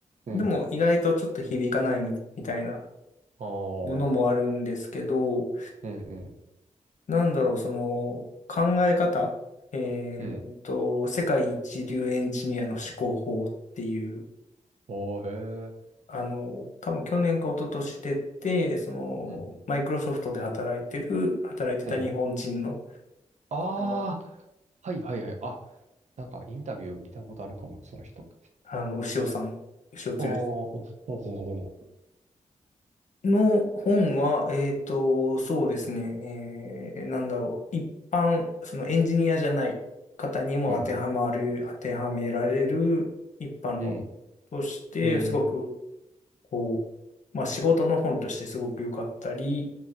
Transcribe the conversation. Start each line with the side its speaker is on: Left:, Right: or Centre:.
Right: うん、
Left: でも意外とちょっと響かないみ、みたいな
Right: ああ、
Left: ものもあるんですけど、
Right: うん、うん、
Left: なんだろう、その考え方、えっと、
Right: うん、
Left: 世界一流エンジニアの思考法っていう、
Right: ああ、へえ。
Left: あの、多分去年か一昨年出て、その、
Right: うん、うん。
Left: マイクロソフトで働いてる、働いてた日本人の
Right: うんああ、
Left: 方の、
Right: はいはいはい。あ、なんかインタビュー見たことあるかも、その人。
Left: あの、牛尾さん、牛尾剛
Right: ああ、お、ほうほうほうほ
Left: の本は、えっと、そうですね、えー、なんだろう、一般、そのエンジニアじゃない方にも当てはまる、
Right: う。うん、
Left: 当てはめられる一般論として、
Right: うん、うん、
Left: すごく、こう、まあ仕事の本としてすごく良かったり、